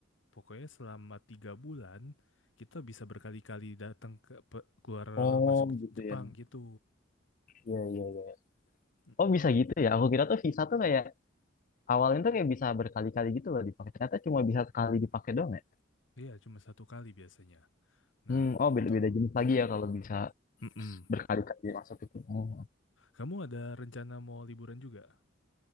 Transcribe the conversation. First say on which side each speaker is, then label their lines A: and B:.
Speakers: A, on the left; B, on the left.
A: pokoknya selama tiga bulan kita bisa berkali-kali datang ke pe- keluar
B: Oh
A: masuk
B: gitu
A: Jepang
B: ya.
A: gitu.
B: Iya iya iya.
A: Mm,
B: Oh bisa gitu ya. Aku kira tuh visa tuh kayak awalnya tuh kayak bisa berkali-kali gitu loh dipakai. Ternyata cuma bisa sekali dipakai doang ya.
A: Iya, cuma satu kali biasanya. Nah,
B: Hmm, oh
A: untuk
B: beda-beda jenis lagi ya kalau bisa
A: Mm-mm.
B: berkali-kali masuk itu. Oh.
A: Kamu ada rencana mau liburan juga?